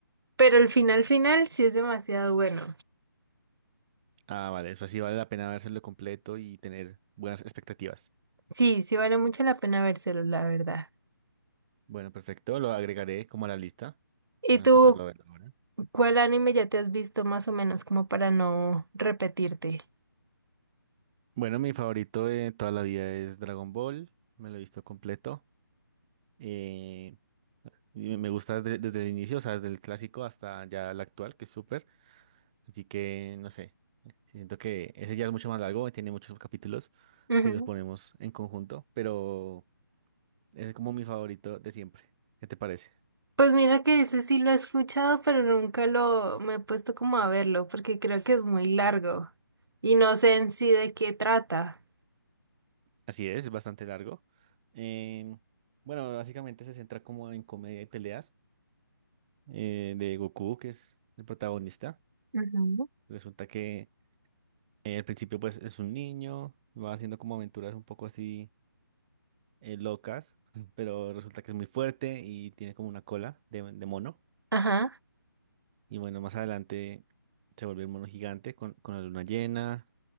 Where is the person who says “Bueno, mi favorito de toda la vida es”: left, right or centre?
Right